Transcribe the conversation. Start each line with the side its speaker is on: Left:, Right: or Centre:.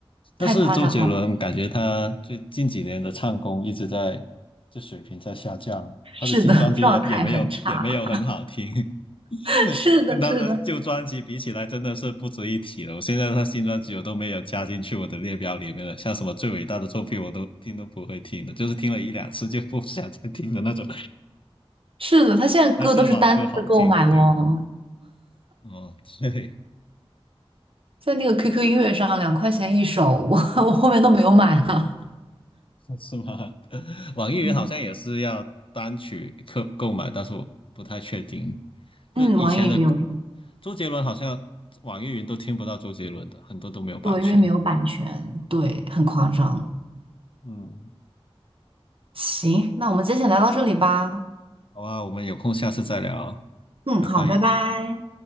Left: 但是周杰伦感觉他最近几年的唱功一直在，
Right: 太夸张了。
Left: 就水平在下降，
Right: 是的，
Left: 他的新专辑也也没有也没有很好听。
Right: 状态很差。
Left: <laughs>
Right: <laughs> 是的，
Left: 跟他的旧专辑比起来，
Right: 是的，
Left: 真的是不值一提了。我现在他新专辑我都没有加进去我的列表里面了，像什么最伟大的作品我都听都不会听的，就是听了一两次就不想再听的那种，
Right: 是的，他现在歌都是单次购买哦。
Left: 还是老歌好听。对，哦，对，
Right: 在那个 QQ 音乐上两块钱一首，我 <laughs> 我后面都没有买了。
Left: <laughs> 是吗？<laughs> 网易云好像也是要单曲购购买，
Right: 嗯，
Left: 但是我不太确定。就以前的歌，
Right: 嗯，网易云有什么？
Left: 周杰伦好像网易云都听不到周杰伦的，很多都没有版权。
Right: 对，因为没有版权，对，
Left: 对，
Right: 很夸张。
Left: 嗯，
Right: 行，那我们今天先聊到这里吧。
Left: 好啊，我们有空下次再聊啊。
Right: 嗯，
Left: 拜拜。
Right: 好，拜拜。